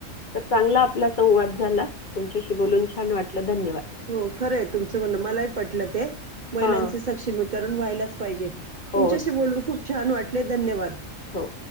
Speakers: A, on the left; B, on the right.
A: तर चांगला आपला संवाद झाला तुमच्याशी बोलून छान वाटलं धन्यवाद.
B: हो खरंय तुमचं म्हणणं मलाही पटलं ते महिलांचे
A: हां.
B: सक्षमीकरण व्हायलाच पाहिजे
A: हो,
B: तुमच्याशी बोलून खूप छान वाटले धन्यवाद.
A: हो